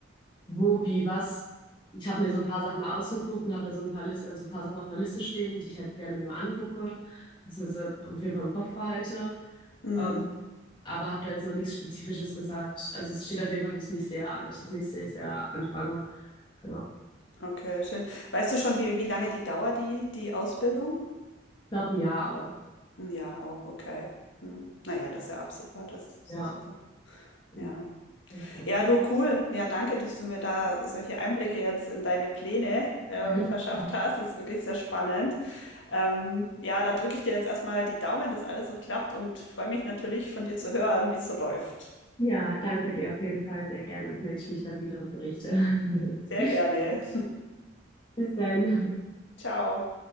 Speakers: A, on the left (about 25°); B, on the left (about 80°).
A: wo, wie, was. Ich habe mir so ein paar Sachen mal ausgeguckt und habe da so ein paar List, also ein paar Sachen auf meiner Liste stehen, die ich halt gerne mir mal angucke, beziehungsweise auf jeden Fall im Kopf behalte.
B: Mhm.
A: Ähm, aber habe da jetzt noch nichts Spezifisches gesagt. Also es steht auf jeden Fall fürs nächste Jahr an, dass ich das nächste Jahr anfange. Genau.
B: Okay, schön. Weißt du schon, wie, wie lange die dauert, die, die Ausbildung?
A: Ich glaube ein Jahr auch.
B: Ja, auch, okay. Hm. Naja, das ist ja absehbar, das ist
A: Ja,
B: ja super.
A: genau.
B: Ja.
A: Das ist der
B: Ja, du, cool. Ja, danke, dass du mir da solche Einblicke jetzt in deine Pläne ähm,
A: Plan.
B: verschafft hast. Das ist wirklich sehr spannend. Ähm, ja, da drücke ich dir jetzt erstmal die Daumen, dass alles so klappt und freue mich natürlich von dir zu hören, wie es so läuft.
A: Ja, danke dir auf jeden Fall sehr gerne. Melde ich mich dann wieder und berichte. <laughs>
B: Sehr gerne.
A: Bis dann.
B: <laughs> Ciao.